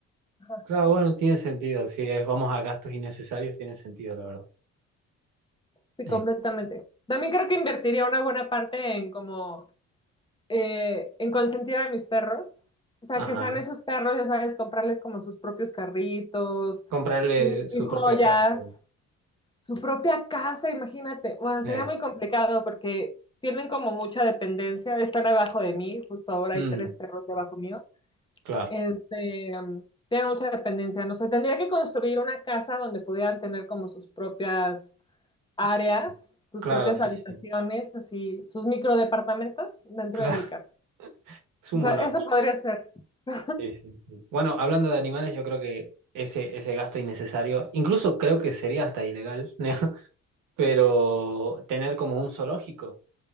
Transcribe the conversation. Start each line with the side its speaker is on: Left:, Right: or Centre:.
Left: Ajá,
Right: Claro, bueno, tiene sentido. Si es- vamos a gastos innecesarios, tiene sentido, la verdad.
Left: sí,
Right: Eh,
Left: completamente. También creo que invertiría una buena parte en como eh, en consentir a mis perros. O sea,
Right: ajá.
Left: que sean esos perros, ya sabes, comprarles como sus propios carritos
Right: Comprarle
Left: y, y
Right: su
Left: joyas,
Right: propia casa.
Left: su propia casa, imagínate. Bueno,
Right: Eh,
Left: sería muy complicado porque tienen como mucha dependencia, están abajo de mí, justo ahora
Right: mm,
Left: hay tres perros debajo mío.
Right: claro.
Left: Este, um, tiene mucha dependencia. No sé, tendría que construir una casa donde pudieran tener como sus propias áreas,
Right: Sí,
Left: sus
Right: claro,
Left: propias
Right: sí,
Left: habitaciones,
Right: sí.
Left: así, sus microdepartamentos dentro
Right: Claro,
Left: de mi casa.
Right: <laughs> es un
Left: O sea,
Right: mono.
Left: eso podría ser. <laughs>
Right: Sí, sí, sí. Bueno, hablando de animales, yo creo que ese, ese gasto innecesario, incluso creo que sería hasta ilegal, <laughs> ¿no? Pero tener como un zoológico,